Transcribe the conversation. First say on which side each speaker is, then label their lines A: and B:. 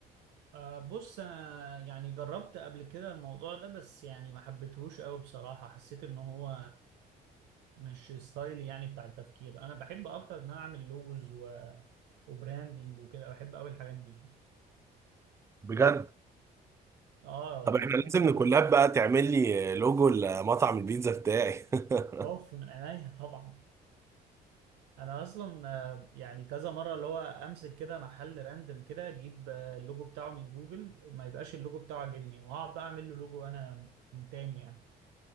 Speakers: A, on the right; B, on the right.
A: آه بص انا يعني جربت قبل كده الموضوع ده بس يعني ما حبيتهوش قوي بصراحة حسيت ان هو مش ستايلي يعني بتاع التفكير انا بحب اكتر ان انا اعمل لوجوز و... وبراندينج وكده بحب قوي الحاجات دي
B: بجد
A: اه
B: طب
A: يعني
B: احنا لازم
A: انا
B: نكولاب بقى تعمل لي لوجو لمطعم البيتزا بتاعي <laughs>
A: اوف من عينيا طبعا انا اصلا آه، يعني كذا مره اللي هو امسك كده محل راندم كده اجيب آه، اللوجو بتاعه من جوجل ما يبقاش اللوجو بتاعه عاجبني واقعد بقى اعمل له لوجو انا من تاني يعني